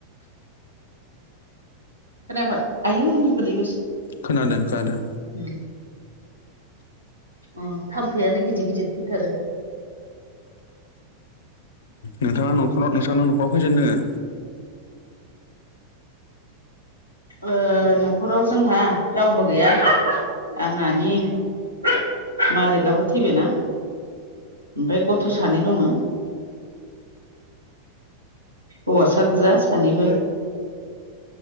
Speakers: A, on the right; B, on the left.
A: खोनाखाय आयु एनि गोलैबायसो
B: खोनादों खोनादों।
A: उम अ थाम्फैआानो गिदिर गिदिर फैथारो।
B: नोंथाङा नखर नोंस्रा न'खराव खैजन दङो?
A: ओ न'खराव जोंहा रावबो गैया आंहानि उम मालिकआबो थैबायना? ओमफाय गथ' सानै दङ। हौवासा गोजा सानैबो।